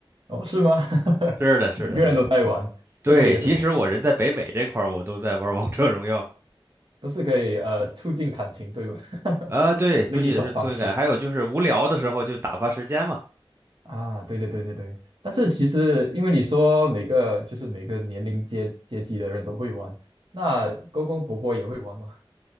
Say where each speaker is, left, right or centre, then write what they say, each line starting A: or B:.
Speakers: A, on the right; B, on the right.
A: 哦，是吗？<laughs>
B: 是的，是的，
A: 每个人都在玩，
B: 是的。对，
A: 这个也是
B: 即使我人在北美这块儿，我都在玩王者荣耀。
A: 都是可以呃促进感情，对吧？<laughs>
B: 啊，对，不仅是挫败感，
A: 另一种方式
B: 还有就是无聊的时候就打发时间嘛。
A: 啊，对对对对对。但是其实因为你说每个就是每个年龄阶阶级的人都会玩，那公公婆婆也会玩吗？